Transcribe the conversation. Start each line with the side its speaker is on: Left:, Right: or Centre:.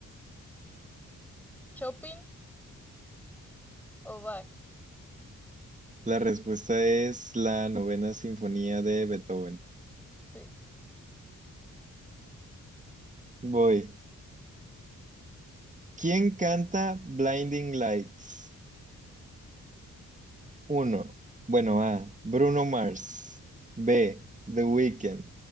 Centre: Chopin o Bach?
Right: La respuesta es la novena sinfonía de Beethoven.
Centre: Sí,
Right: Voy. ¿Quién canta Blinding Lights? Uno, Bueno, A. Bruno Mars. B. The Weeknd.